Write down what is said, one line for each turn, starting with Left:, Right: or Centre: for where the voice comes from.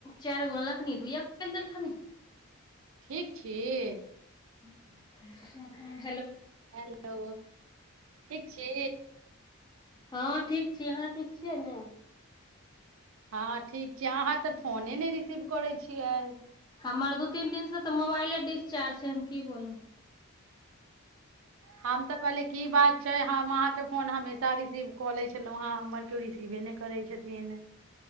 Left: चारिगो अनलखिन दुए पल देलखिन <unintelligible>
Right: ठीक खि <inaudible>
Left: <unintelligible>
Right: हेलो ठीक छी
Left: हँ ठीक छी अहाँ ठीक छियै ने
Right: हँ ठीक छी अहाँ तऽ फोने नहि रिसीव करै छियैक
Left: हमर दू तीन दिनसँ तऽ मोबाइले डिस्चार्ज छैक हम की बोलु
Right: हम तऽ कहलिय की बात छैक हम अहाँके फोन हमेशा रिसीव कऽ लै छलहुँ हँ हमर केओ रिसीवे नहि करैत छथिन